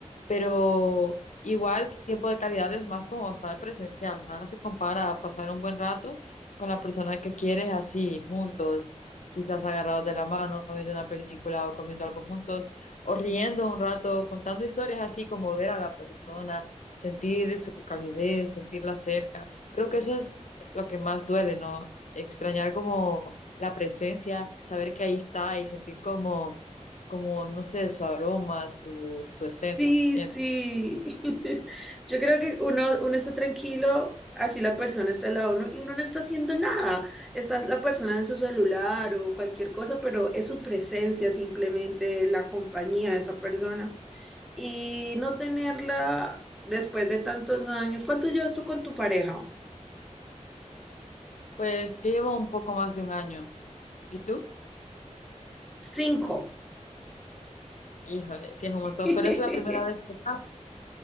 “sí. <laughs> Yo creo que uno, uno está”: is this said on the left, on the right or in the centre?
Centre